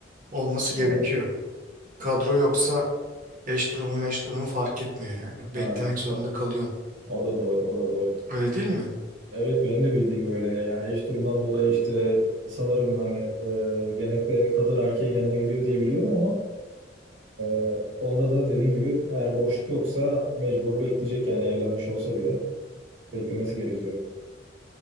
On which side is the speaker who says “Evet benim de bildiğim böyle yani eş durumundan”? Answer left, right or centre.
Right